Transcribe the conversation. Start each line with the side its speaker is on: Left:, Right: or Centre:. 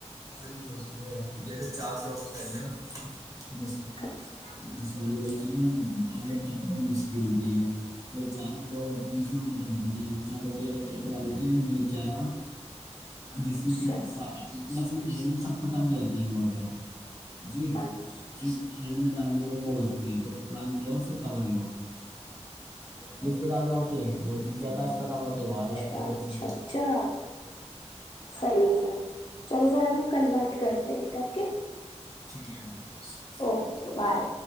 Right: نہیں ہوتی ہے جیسے چار لوگ کھیلنے ہیں خالی
Left: اچھا
Right: دس والی ہو میرے لائٹ اس کی ہوتی ہے تو چار لوگوں بیچ ت پرکھ جا ہے چاروں کی کر کےوا دیتے ہیں جیت جائے گا جس
Left: اچھا
Right: میں پ مطلب سب ختم ہو جاتا ت وٹر جی
Left: اچھا
Right: جی میں رانی اور وہ بجتی ہے تو رانی لو پھر کبور لو جس پہ زیادہ ہوتی ہے وہ جت جاتا ہے اس پہ کم ہوتا ہے وہ ہار
Left: اچھا
Right: جاتا ہے
Left: اچھا
Right: یہ سین
Left: اچھا صحیح ہے سر چلیے سر ہم کل بات کرتے ہیںٹوکے
Right: ٹھیک ہے
Left: اوکے بائے